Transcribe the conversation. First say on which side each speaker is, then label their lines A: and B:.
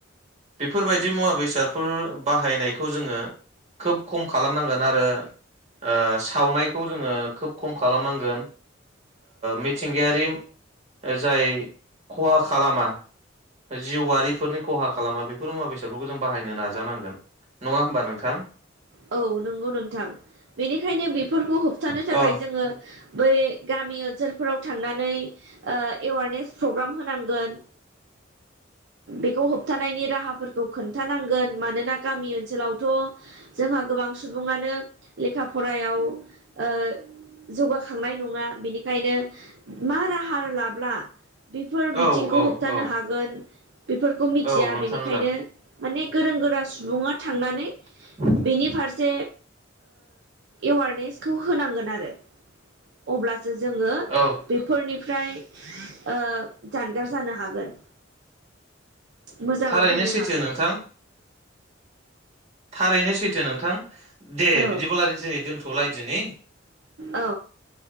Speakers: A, on the right (about 35°); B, on the right (about 60°).
A: बेफोरबायदि मुवा बेसादफोर बाहायनाय जोङो खोब खम खालामनांगोन आरो ओ सावनायखौ जोङो खोब खम खालामनांगोन मिथिंगायारि जाय खहा खालामा जिउआरिफोरनि खहा खालामा बेफोर मुवा बेसादफोरखौ जों बाहायनो नाजानांगोन। नङा होमबा नोंथां
B: औ नंगौ नोंथां बेनिखायनो बेफोरखौ होबथानो थाखाय
A: औ
B: जोङो बै गामि ओनसोलफोराव थांनानै ओ एवारनेस प्रग्राम होनांगोन बेखौ होबथानायनि राहाफोरखौ खोन्थानांगोन मानोना गामि ओनसोलावथ' जोंहा गोबां सुबुङानो लेखा फरायाव ओ जौगाखांनाय नङा बिनिखायनो मा राहा लाब्ला बेफोर बिथिंखौ
A: औ
B: होबथानो
A: औ
B: हागोन बेफोरखौ मिथिया
A: औ नोंथां
B: बेनिखायनो
A: रा
B: माने गोरों गोरा सुबुङा थांनानै
A: <inaudible>
B: बेनि फारसे एवारनेसखौ होनांगोन आरो अब्लासो जोङो
A: औ
B: बेफोरनि फ्राय ओ जानगार जानो हागोन। मोजाङाव
A: थारैनो
B: फैनो
A: सैथो
B: हागोन
A: नोंथां थारैनो सैथो नोंथां। दे
B: औ
A: बिदिबा रायलायसै दोनथ' लायदिनि
B: औ